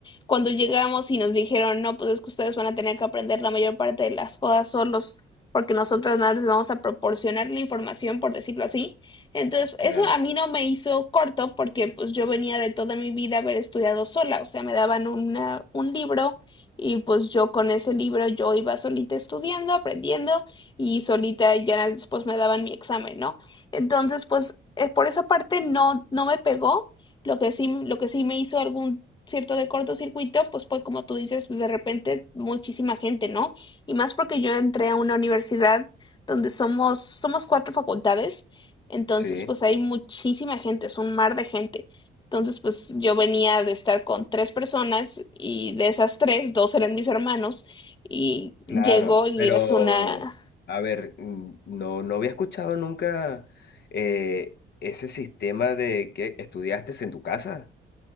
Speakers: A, on the left; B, on the left.
A: cuando llegamos y nos dijeron, no, pues es que ustedes van a tener que aprender la mayor parte de las cosas solos, porque nosotros nada les vamos a proporcionar la información, por decirlo así. Entonces,
B: claro.
A: eso a mí no me hizo corto porque pues yo venía de toda mi vida haber estudiado sola, o sea, me daban una, un libro y pues yo con ese libro yo iba solita estudiando, aprendiendo y solita ya después me daban mi examen, ¿no? Entonces, pues eh, por esa parte no, no me pegó. Lo que sí, lo que sí me hizo algún cierto de cortocircuito, pues fue como tú dices, pues, de repente muchísima gente, ¿no? Y más porque yo entré a una universidad donde somos, somos cuatro facultades, entonces
B: Sí,
A: pues hay muchísima gente, es un mar de gente. Entonces, pues yo venía de estar con tres personas y de esas tres, dos eran mis hermanos y
B: claro.
A: llegó y
B: Pero,
A: es una,
B: a ver, mm, no, no había escuchado nunca eh, ese sistema de que estudiaste en tu casa.